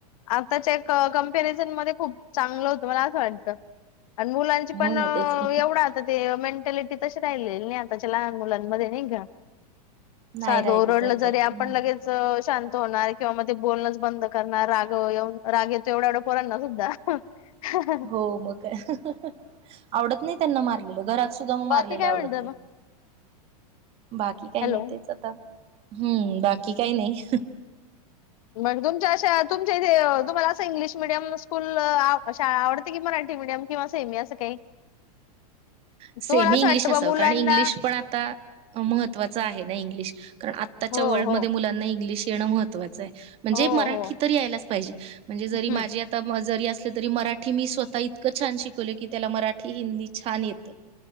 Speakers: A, on the left; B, on the right.
A: आता करन खप चांगलं होतं मला असं वाटतं <unintelligible> आणि मुलांची पण
B: हो ना तेच की
A: एवढा आता ते मेंटॅलिटी तशी राहिले नाही त्यांच्या लहान मुलांनमध्ये नई का
B: नाही
A: साधं
B: राहिली
A: ओरडलं
B: तर काय
A: जरी
B: हम्म
A: आपण लगेच शांत होणार किंवा मग ते बोलणंच बंद करणार राग ये राग य तो एवढा एवढं पोरणणार सुद्धा ह <unintelligible>
B: हो मग आवडत नाही त्यांना मार घ सुद्धा मग मारलेला
A: बाकी काय
B: आवडत
A: म्हणत
B: नाही
A: मग
B: <unintelligible> बाकी काही
A: हॅलो
B: नाही तेच आता हम्म बाकी काही नाही
A: मग तुमच्या अशा तुमच्या इथे तुम्हाला असं इंग्लिश मिडियम स्कूल शाळा आवडते कि मराठी मिडियम किंवा सेम असं काही <unintelligible> <unintelligible>
B: सेमी
A: तुम्हाला असं
B: इंग्लिश
A: वाटतं
B: असावं
A: बा मुलांना
B: कारण इंग्लिश पण आता महत्वाचं आहे नाही इंग्लिश कारण आत्ताच्या
A: हो
B: वर्ल्डमध्येध्ये
A: हो
B: मुलांना इंग्लिश येणं महत् <unintelligible> मह म्हणजे
A: हो
B: मराठी
A: हो
B: तरी यायलाच पाहिजे म्हणजे
A: हम्म
B: जरी माझी आता जरी असलं तरी मराठी मी स्वतः इतकं छान शिकवल की त्याला मराठी हिंदी छान येतं